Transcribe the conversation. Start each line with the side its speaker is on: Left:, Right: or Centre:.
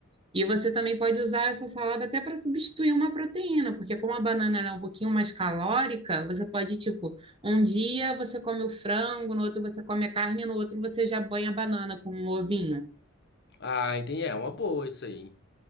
Right: E você também pode usar essa salada até para substituir uma proteína, porque como a banana ela é um pouquinho mais calórica, você pode, tipo, um dia você come o frango, no outro você come a carne, no outro você já banha a banana com um ovinho.
Left: Ah, entendi. É uma boa isso aí.